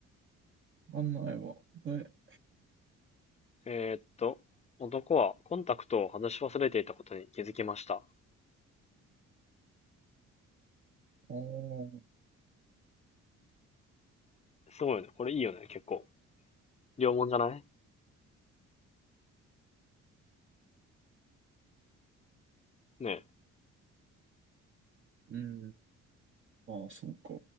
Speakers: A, on the right (about 40°); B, on the left (about 20°).
A: かんないわ。で、
B: えーっと、男はコンタクトを外し忘れていたことに気づきました。
A: ああ、
B: すごいよね。これいいよね、結構。両門じゃないねえ。
A: うん。まあ、そうか。